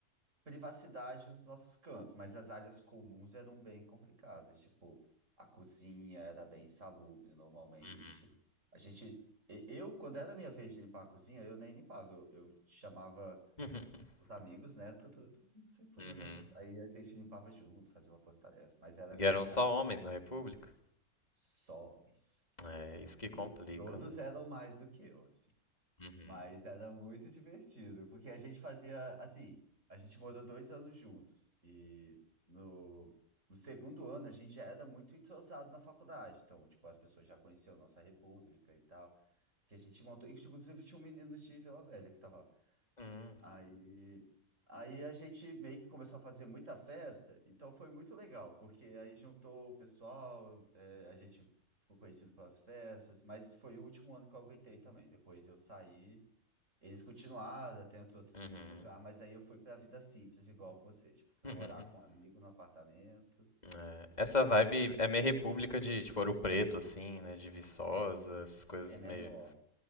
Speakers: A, on the right; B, on the left.
A: privacidade nos nossos cantos, mas as áreas comuns eram bem complicadas. Tipo, a cozinha era bem insalubre normalmente.
B: Uhum.
A: A gente. e- Eu, quando era a minha vez de limpar a cozinha, eu nem limpava, eu eu chamava
B: <laughs>
A: os amigos, né? Tudo, tudo- sempre foram
B: Uhum.
A: meus amigos. Aí a gente limpava junto, fazia uma força-tarefa, mas era
B: E
A: complicado.
B: eram só homens na república?
A: Somes.
B: É, isso que
A: E
B: complica,
A: todos
B: né?
A: eram mais do que eu, assim.
B: Uhum.
A: Mas era muito divertido, porque a gente fazia, assim, a gente morou dois anos juntos. E no, no segundo ano a gente já era muito entrosado na faculdade. Então, tipo, as pessoas já conheciam nossa república e tal. Que a gente montou. E, inclusive, tinha um menino de Vila Velha que tava lá.
B: Hum.
A: Aí, aí a gente meio que começou a fazer muita festa, então foi muito legal, porque aí juntou o pessoal, é, a gente ficou conhecido pelas festas, mas foi o último ano que eu aguentei também. Depois eu saí, eles continuaram, até entrou outro
B: Uhum.
A: menino no lugar, mas aí eu fui para a vida simples, igual você. Tipo, fui
B: <laughs>
A: morar com um amigo no apartamento,
B: É, Essa vibe é meio república de, tipo, Ouro Preto, assim, né? De Viçosa, essas coisas
A: é menor,
B: meio.